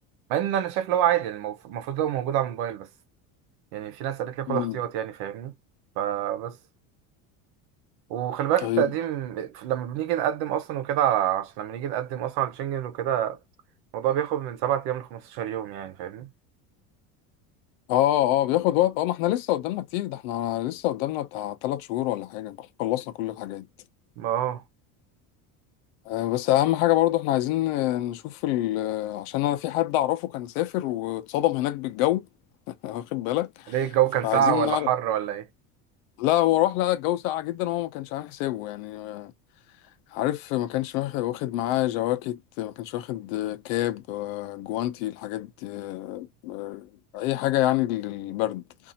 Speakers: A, on the right; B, on the left.
A: مع ان انا شايف اللي هو عادي يعني المف- المفروض هو موجود على الموبايل بس يعني في ناس قالت لي خد
B: مم.
A: احتياطي يعني فاهمني فبس وخلي بالك
B: طيب
A: التقديم لما بنيجي نقدم اصلا وكده عشان لما نيجي نقدم اصلا على شنجن وكده الموضوع بياخد من 7 ايام ل 15 يوم يعني فاهمني
B: اه اه بياخد وقت اه ما احنا لسه قدامنا كتير ده احنا لسه قدامنا بتاع ثلاث شهور ولا حاجة خلصنا كل الحاجات
A: ما اه
B: آه، بس اهم حاجه برضه احنا عايزين آه، نشوف ال... آه، عشان انا في حد اعرفه كان سافر واتصدم هناك بالجو <laughs> واخد بالك
A: ليه الجو
B: فعايزين
A: كان ساقع ولا
B: نعرف
A: حر ولا ايه
B: لا هو راح لقى الجو ساقع جدا وهو ما كانش عامل حسابه يعني آه، عارف ما كانش واخد واخد معاه جواكت ما كانش واخد آه، كاب آه، جوانتي الحاجات دي آه، آه، اي حاجه يعني للبرد